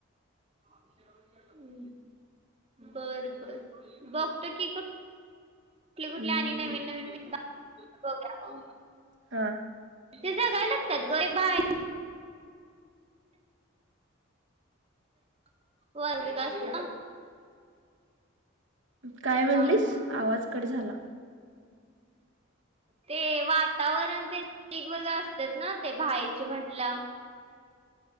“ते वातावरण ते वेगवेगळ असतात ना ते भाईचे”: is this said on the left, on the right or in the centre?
Right